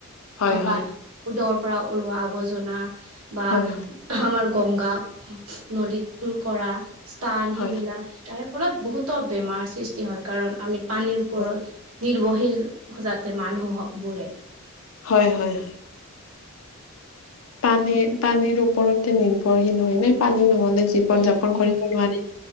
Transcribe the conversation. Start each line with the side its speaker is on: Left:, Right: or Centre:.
Left: হয়,
Right: অ, বা
Left: হয়,
Right: দৰ পৰা ওলোৱা আৱৰ্জনা বা
Left: হয়,
Right: আমাৰ গংগা নদীত কৰা ঈশ্নান
Left: হয়,
Right: সেইগিলা তাৰে ফলত বহুতো বেমাৰ সৃষ্টি হয় কাৰণ আমি পানীৰ ওপৰত
Left: হয়,
Right: নিৰ্ভৰশীল যাতে মানুহ বোৰে
Left: হয় - হয়। পানী - পানীৰ ওপৰতে নিৰ্ভৰশীল হয় নে? পানী নহলে জীৱন
Right: উম
Left: যাপন
Right: উম
Left: কৰিব নোৱাৰি